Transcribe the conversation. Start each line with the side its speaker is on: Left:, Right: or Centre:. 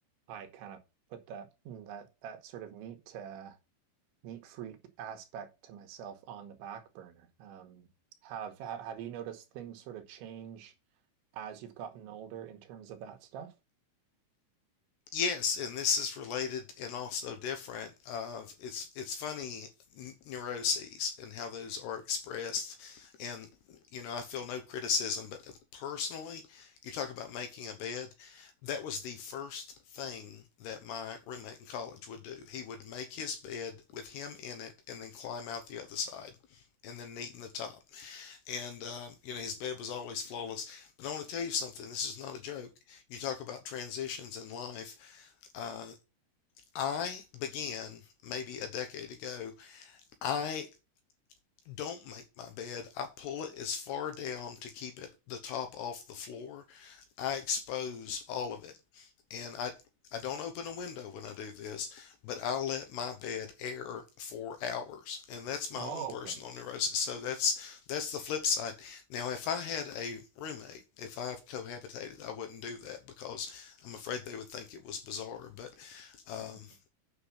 Right: I kind of put that that that sort of neat uh, neat freak aspect to myself on the back burner. Um, have ha- have you noticed things sort of change as you've gotten older in terms of that stuff?
Left: Yes, and this is related and also different of it's it's funny n- neuroses and how those are expressed. And you know, I feel no criticism, but personally, you talk about making a bed. That was the first thing that my roommate in college would do. He would make his bed with him in it and then climb out the other side and then neat in the top. And uh, you know, his bed was always flawless. But I want to tell you something, this is not a joke. You talk about transitions in life. Uh, I began maybe a decade ago. I don't make my bed. I pull it as far down to keep it the top off the floor. I expose all of it. And I I don't open a window when I do this, but i let my bed air for hours. And that's my
Right: Oh,
Left: own personal
Right: okay.
Left: neurosis. So that's that's the flip side. Now, if I had a roommate, if I've cohabitated, I wouldn't do that because I'm afraid they would think it was bizarre. But um,
Right: <laughs>